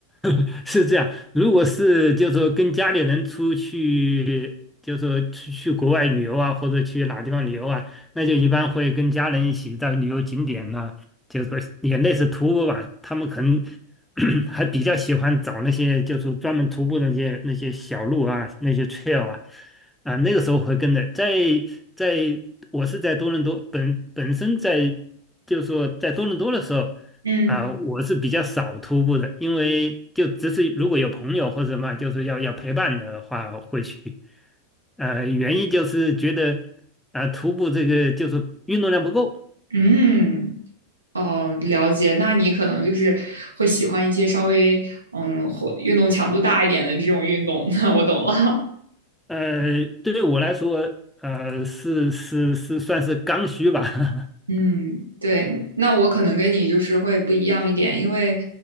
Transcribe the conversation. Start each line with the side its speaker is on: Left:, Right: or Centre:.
Centre: <laughs> 是这样，如果是就是说跟家里人出去，就是说去去国外旅游啊，或者去哪地方旅游啊，那就一般会跟家人一起到旅游景点呐、就是说也类似徒步吧。他们可能 <coughs> <clears throat> 还比较喜欢找那些就是专门徒步的那些那些小路啊，那些 trail 啊，啊，那个时候会跟着。在在我是在多伦多本本身在就是说在多伦多的时候。
Right: 嗯
Centre: 啊、我是比较少徒步的，因为就只是如果有朋友或者什么，就是要要陪伴的话会去。呃，原因就是觉得啊、徒步这个就是运动量不够。
Right: 嗯。哦，了解。那你可能就是会喜欢一些稍微嗯，活运动强度大一点的这种运动。<laughs> 那我懂了。
Centre: 呃，对于我来说，呃，是是是算是刚需吧。
Right: <laughs>
Centre: <laughs>
Right: 嗯，对。那我可能跟你就是会不一样一点，因为